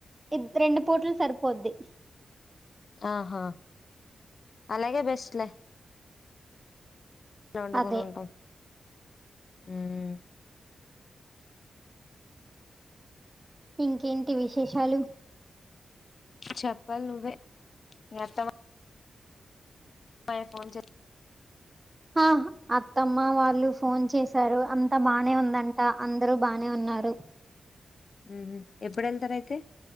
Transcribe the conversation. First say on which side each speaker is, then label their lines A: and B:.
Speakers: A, on the right; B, on the left.
A: ఇద్ రెండు పూట్లకి సరిపోద్ది.
B: ఆహా అలాగే బెస్ట్ లే. వండుకొని
A: అదే
B: ఉంటాం హ్మ్
A: ఇంకేంటి విశేషాలు?
B: చెప్పాలి నువ్వే మీ అత్తమ్మా యే ఫోన్ చే
A: ఆహ్ అత్తమ్మ వాళ్ళు ఫోన్ చేశారు. అంత్ అంతా బానే ఉందంట. అందరు బానే ఉన్నారు.
B: హుహ్ ఎప్పుడు ఎల్తరైతే